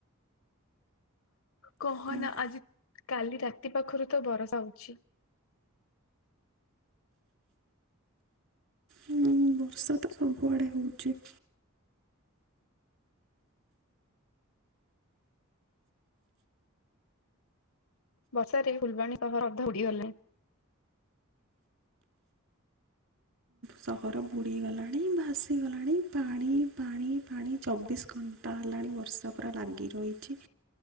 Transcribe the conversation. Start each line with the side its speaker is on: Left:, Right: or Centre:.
Left: କହନା
Right: କଣ କ
Left: ଆଜି କାଲି ରାତି ପାଖରୁ ତ ବରଷା ହଉଛି।
Right: ହୁଁ ବର୍ଷା ତ ସବୁଆଡ଼େ ହେଉଚି।
Left: ବସାରେ ଫୁଲବାଣୀ ସହର ଅଧା ବୁଡ଼ିଗଲାଣି।
Right: ସହର ବୁଡ଼ିଗଲାଣି ଭାସିଗଲାଣି ପାଣି ପାଣି ପାଣି ଚବିଶ ଘଣ୍ଟା ହେଲାଣି ବର୍ଷା ପୂରା ଲାଗି ରହିଚି।